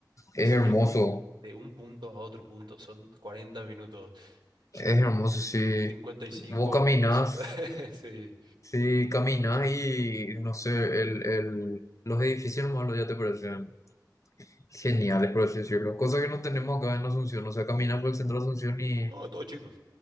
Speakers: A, on the right (about 85°); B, on the left (about 45°).
A: Es
B: es hermoso,
A: de un, de un punto a otro punto, son 40 minutos, son
B: es hermoso, sí.
A: cincuenta y cinco
B: Vos caminás,
A: pesos. <laughs> Sí.
B: sí, caminás y no sé, el, el, los edificios malos ya te parecen. genial por así decirlo. Cosa que no tenemos acá en Asunción. O sea, caminas por el centro de Asunción y
A: No, es todo chico,